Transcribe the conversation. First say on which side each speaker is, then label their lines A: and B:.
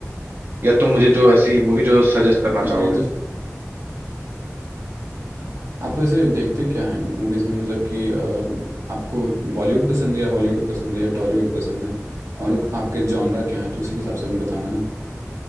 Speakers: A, on the right; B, on the right.
A: या तुम मुझे जो ऐसी मूवी जो सजेस्ट करना
B: मेरी
A: चाहोगे
B: तो आप वैसे देखते क्या हैं मूवीज में मतलब कि अ, आपको बॉलीवुड पसंद है या हॉलीवुड पसंद है या टॉलीवुड पसंद है और आपके जॉनरा क्या है तो उसी के हिसाब से मैं बताऊंगा ना